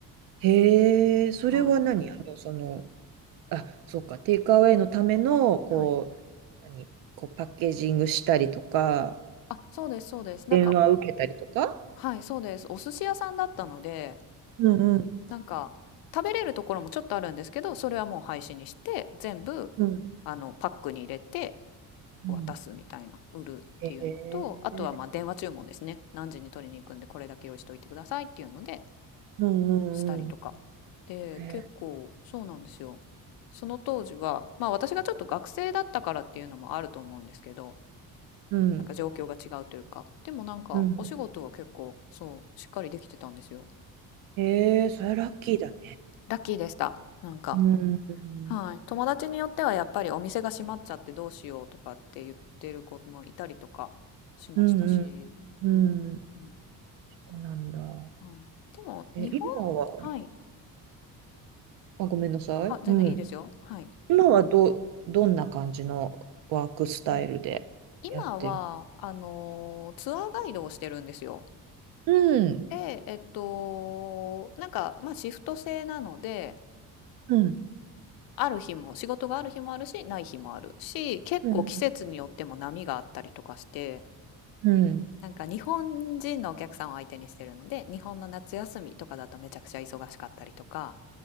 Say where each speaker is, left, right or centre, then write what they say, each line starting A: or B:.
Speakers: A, on the right; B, on the left.
A: へえ、それは何あの、
B: はい。
A: その、あ、そうか、テイクアウェイのための、こう、
B: はい。
A: 何、こうパッケージングしたりとか、
B: あ、そうです、そうです。
A: 電話を受けたりとか。
B: なんか、はい、そうです。お寿司屋さんだったので、
A: うんうん
B: なんか、食べれるところもちょっとあるんですけど、それはもう廃止にして、全部、
A: うん
B: あの、パックに入れて
A: うん
B: 渡すみたいな、売るっていうのと、
A: へえ
B: あとはまあ電話注文ですね。何時に取りに行くんで、これだけ用意しておいてくださいっていうので、
A: うん
B: したりとか。
A: うんう
B: で、
A: んへえ。
B: 結構、そうなんですよ。その当時は、まあ私がちょっと学生だったからっていうのもあると思うんですけど、
A: うん。
B: なんか状況が違うというか。でもなんか、
A: うん
B: お仕事は結構、そう、しっかりできてたんですよ。
A: へえそれラッキーだね。
B: うんラッキーでした。なんか、
A: うんうん
B: はい。友達によってはやっぱりお店が閉まっちゃってどうしようとかって言ってる子もいたりとかしましたし、
A: うんうん
B: うんんうんうん。
A: そうなんだ。
B: はい。でも、
A: え、
B: 日本、
A: 今は、
B: はい。
A: あ、ごめんなさい。
B: あ、全然いいですよ。
A: うん。
B: はい。
A: 今はど、どんな感じのワークスタイルでやってる
B: うん。今は、あのーツアーガイドをしてるんですよ。
A: うん
B: で、えっと、なんか、まあ、シフト制なので、
A: うん
B: ある日も仕事がある日もあるしない日もあるし結構季節によっても波があったりとかして
A: うんうん。
B: なんか日本人のお客さんを相手にしてるので日本の夏休みとかだとめちゃくちゃ忙しかったりとか